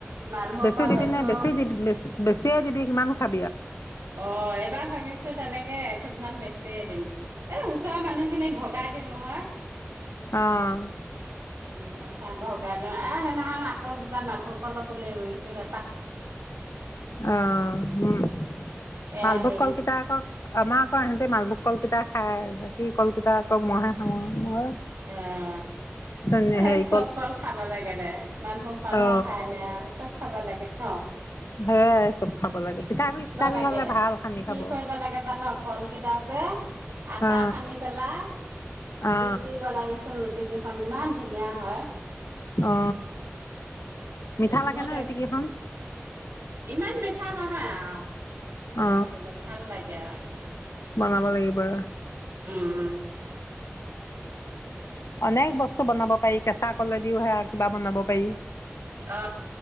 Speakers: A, on the right; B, on the left.
A: মালভোকল‌
B: বেছি দিবি
A: এঠোক
B: নে বেছি দিবি বেছি- বেছিয়ে দিবি কিমান খাৱি।
A: অ এইবাৰ ভাবিছো তেনেকে এথোক মান বেছিয়ে দিম এ ছয় মানুহখিনিক ভগাই দিওঁ নহয়।
B: আহ।
A: উম সে ভগাই দিও আহ সেইদিনাখন আকৌ দুটা মালভোগ কলৰ পুলি ৰুইছো সে
B: অ, উম
A: এয়া
B: ভালভ
A: হেৰি
B: কলকিতা আকৌ আমাৰ আকৌ ইহঁতে মালভোগ কল কেইটা খাই বাকী কল কেইটা আকৌ মইহে খাওঁ মই
A: আহ।
B: চোন
A: এ
B: হেৰি
A: চব কল খাব লাগে দে মালভোগ কালহে
B: অ
A: খায় ন আৰু চব খাব লাগে। অহ।
B: সেইয়াই চব খাব লাগে পিঠাগুড়ি চিঠাগুড়ি
A: লাগে
B: কৰি হলে ভাল সানি
A: কি
B: খাব।
A: কৰিব লাগে জান কলকেইটা যে আটা
B: অ
A: সানি পেলাই
B: অ
A: ৰুটি বনাবিচোন ৰুটি কেইখন ইমান ধুনীয়া হয়।
B: অ। মিঠা লাগে
A: মই
B: নে
A: তেনে
B: ৰুটিকেইখন
A: ইমান মিঠা নহয় আৰু।
B: অ
A: খাবলৈ ভাল লাগে আৰু।
B: বনাব লাগিব ৰ
A: উম, উম।
B: অনেক বস্তু বনাব পাৰি কেঁচা কলেদিও সে কিবা বনাব পাৰি।
A: অ